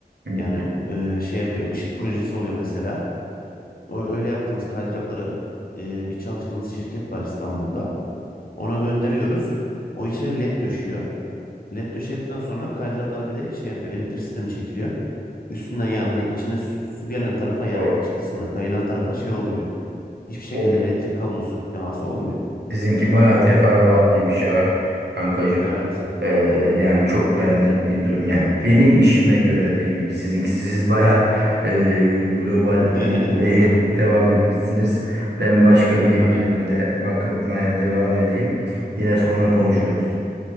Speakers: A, on the right (about 85°); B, on the left (about 60°).
A: hı.
B: Yani e, şey yapıyor, ışık projesi oluyor mesela. O öyle yaptığımız kaydırakları e, bir çalıştığımız şirket var İstanbul'da. Ona gönderiyoruz. O içine led döşüyor. Led döşedikten sonra kaydıraklar bir de şey yapıyor, elektrik sistemi çekiliyor. Üstünden yani hani içine su, su gelen tarafa yani
A: O,
B: iç kısmına kayılan tarafa şey olmuyor. Hiçbir şekilde
A: o
B: elektrik kablosu teması olmuyor.
A: sizinki bayağı teferruatlıymış ya kankacığım.
B: Evet.
A: Ee, yani çok benlik bir durum. Yani benim işime göre değilmiş. Sizinki siz bayağı e, global
B: <laughs>
A: e, devam etmişsiniz. Ben başka bir
B: Tabii.
A: yerde bakmaya devam edeyim. Yine sonra konuşuruz.